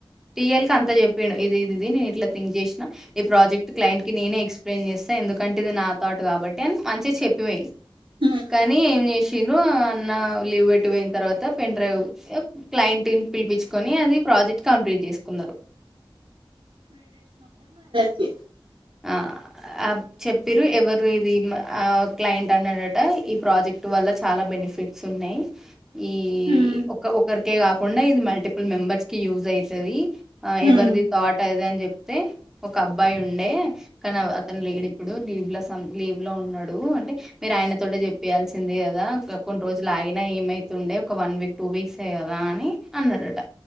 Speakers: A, in the centre; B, on the right (about 80°).
A: టీఎల్ కి అంత చెప్పిండు ఇది ఇది నేను ఇట్లా థింక్ చేసిన ఈ ప్రాజెక్ట్ క్లైంట్ కి ననే ఎక్స్ప్లెయిన్ చేస్తా ఎందుకంటే ఇది నాథాట్ కాబట్టి అని మంచిగా చెప్పిపోయిండు
B: హ్మ్
A: కానీ ఏం చేసిండ్రు అన్న లీవ్ పెట్టి పోయిన తర్వాత పెన్ డ్రైవ్ క్లయింట్ పిలిపిచుకొని అది ప్రాజెక్ట్ కంప్లీట్ చేసుకున్నారు
B: కే
A: ఆ ఆ చెప్పిరు ఎవరు ఇది ఆ క్లయింట్ అన్నాడట ఈ ప్రాజెక్ట్ వల్ల చాలా బెని ఫిట్స్ ఉన్నాయి ఈ
B: హ్మ్
A: ఒక ఒకరికే కాకుండా ఇది మల్టిపుల్ మెంబర్స్కి యూజ్ అయి తాది ఆ
B: హ్మ్
A: ఎవరిది ఈ థాట్ అదిఇది అని చెప్తే ఒక అబ్బాయి ఉండే కానీ అతను లేడు ఇప్పుడు లీవ్లో సమ్ లీవ్లో ఉన్నాడు అంటే మీరు ఆయన తోటే చెప్పేయాల్సింది కదా కొన్ని రోజులు ఆగిన ఏమైతుండే ఒక వన్ వీక్ టూ వీక్సే కదా అని అన్నాడట